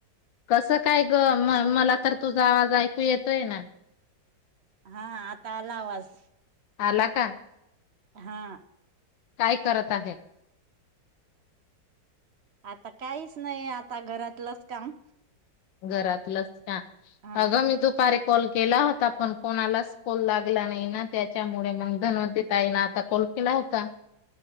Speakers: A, on the left; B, on the right.
A: कस काय ग म मला तर तुझा आवाज ऐकू येतोय ना.
B: हां आता आला आवाज.
A: आला का?
B: हां
A: काय करत आहे?
B: आता काहीच नाही आता घरातलच काम.
A: घरातलच काम.
B: हा
A: अग मी दुपारी कॉल केला होता पण कोणालाच कॉल लागला नाही ना त्याच्यामुळे मग धनवंती ताई ना आता कॉल केला होता